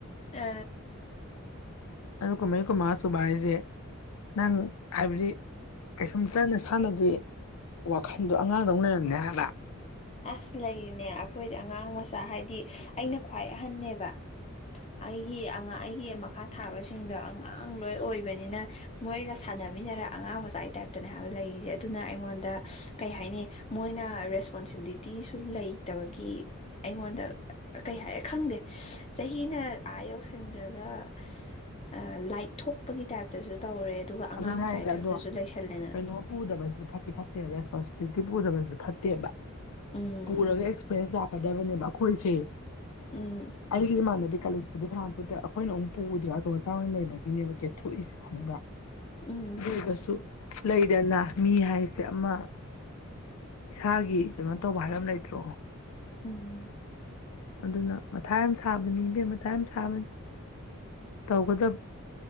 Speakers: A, on the left; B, on the left.
A: ꯑ
B: ꯑꯗꯨ ꯀꯨꯟꯃꯔꯤ ꯀꯨꯟꯃꯉꯥ ꯁꯨꯕ ꯍꯥꯏꯖꯦ ꯅꯪ ꯍꯥꯏꯕꯗꯤ ꯀꯩꯁꯨꯝꯇ ꯅꯁꯥꯥꯅꯗꯤ ꯋꯥꯈꯟꯗꯣ ꯑꯉꯥꯡꯗꯧ ꯂꯩꯔꯝꯅꯦ ꯍꯥꯏꯕ
A: ꯑ꯭ꯁ ꯂꯩꯔꯤꯅꯦ ꯑꯈꯣꯏꯗ ꯑꯉꯥꯡ ꯃꯆꯥ ꯍꯥꯏꯗꯤ ꯑꯩꯅ ꯈ꯭ꯋꯥꯏ ꯑꯍꯟꯅꯦꯕ ꯑꯩꯒꯤ ꯑꯉꯥꯡ ꯑꯩꯒꯤ ꯃꯈꯥ ꯊꯥꯕꯁꯤꯡꯗꯣ ꯑꯉꯥꯡ ꯂꯣꯏ ꯑꯣꯏꯕ ꯅꯤꯅ ꯃꯣꯏꯒ ꯁꯥꯟꯅꯃꯤꯟꯅꯔꯥ ꯑꯉꯥꯡꯃꯆꯥꯏ ꯇꯥ꯭ꯏꯞꯇꯅꯦ ꯍꯥꯏꯕ ꯂꯩꯔꯤꯖꯦ ꯑꯗꯨꯅ ꯑꯩꯉꯣꯟꯗ ꯀꯩ ꯍꯥꯏꯅꯤ ꯃꯣꯏꯅ ꯔꯦꯁꯄꯣꯟꯁꯤꯕꯤꯂꯤꯇꯤꯁꯨ ꯂꯩꯇꯕꯒꯤ ꯑꯩꯉꯣꯟꯗ ꯀꯩ ꯍꯥꯏꯔ ꯈꯪꯗꯦ ꯆꯍꯤꯅ ꯑꯥ ꯌꯧꯁꯟꯒ꯭ꯔꯒ ꯑ ꯂꯥꯏꯠ ꯊꯣꯛꯄꯒꯤ ꯇꯥꯏꯞꯇꯖꯨ ꯇꯧꯔꯦ ꯑꯗꯨꯒ ꯑꯉꯥꯡ
B: ꯑꯗꯨꯅꯦ
A: ꯃꯆꯥꯒꯤ
B: ꯍꯥꯏꯖꯦ
A: ꯇꯥꯏꯞꯇꯁꯨ
B: ꯑꯗꯣ
A: ꯂꯩꯁꯜꯂꯦꯗꯅ
B: ꯀꯩꯅꯣ ꯄꯨꯗꯕꯖꯤꯖꯨ ꯐꯠꯇꯤ ꯐꯠꯇꯦꯕ ꯔꯦꯁꯄꯣꯟꯁꯤꯕꯤꯂꯤꯇꯤ ꯄꯨꯗꯕꯖꯤꯖꯨ ꯐꯠꯇꯦꯕ
A: ꯎꯝ
B: ꯄꯨꯔꯒ ꯑꯦꯛꯁꯄ꯭ꯔꯦꯟꯁ ꯂꯥꯛꯀꯗꯕꯅꯦꯕ ꯑꯈꯣꯏꯖꯦ
A: ꯎꯝ
B: ꯑꯩꯒꯤ ꯏꯃꯥꯟꯅꯕꯤ <unintelligible> ꯑꯈꯣꯏꯅ ꯃꯨꯛ ꯄꯨꯗꯦ ꯑꯇꯣ ꯑꯇꯥꯡ ꯑꯣꯏꯅ ꯂꯩꯕꯒꯤꯅꯦꯕ ꯀꯦꯊꯣꯛꯢꯁꯦ ꯈꯪꯕ꯭ꯔꯥ <unintelligible>
A: ꯎꯝ
B: ꯂꯩꯗꯅ ꯃꯤ ꯍꯥꯏꯁꯦ ꯑꯃ ꯏꯁꯥꯒꯤ ꯀꯅꯣ ꯇꯧꯕ ꯍꯥꯏꯕ ꯑꯝ ꯂꯩꯇ꯭ꯔꯣ
A: ꯎꯝ
B: ꯑꯗꯨꯅ ꯃꯊꯥ ꯌꯥꯝ ꯁꯥꯕꯅꯤ ꯏꯕꯦꯝꯃ ꯃꯊꯥ ꯌꯥꯝ ꯁꯥꯕꯅꯤ ꯇꯧꯒꯗ꯭ꯕ